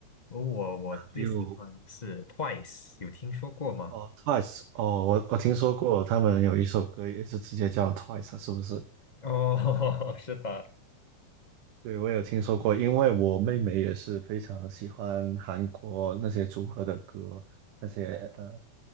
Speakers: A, on the left; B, on the right.
A: 我我我最喜欢是
B: 你有
A: Twice，有听说过吗？
B: 哦 Twice 哦，我我听说过他们有一首歌也是直接叫 Twice，啊是不是？
A: 哦，<laughs> 是的。
B: 对，我有听说过，因为我妹妹也是非常喜欢韩国那些组合的歌，那些呃